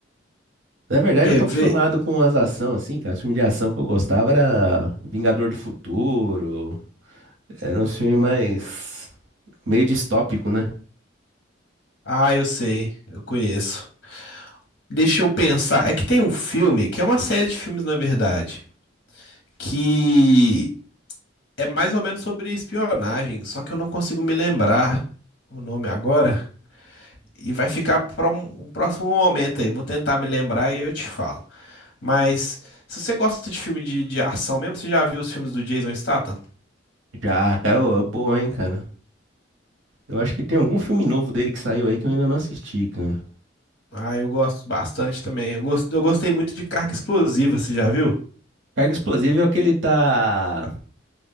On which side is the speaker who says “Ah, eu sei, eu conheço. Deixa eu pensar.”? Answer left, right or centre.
Left